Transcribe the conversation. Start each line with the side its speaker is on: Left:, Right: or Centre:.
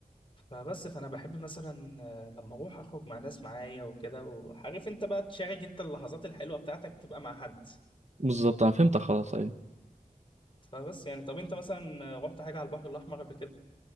Left: فبس فانا بحب مثلا آه، لما اروح اخرج مع ناس معايا وكده وعارف انت بقى تشارك انت اللحظات الحلوه بتاعتك تبقى مع حد
Right: بالظبط انا فهمتك خلاص ايوه
Left: فبس يعني طب انت مثلا آه، رحت حاجه على البحر الاحمر قبل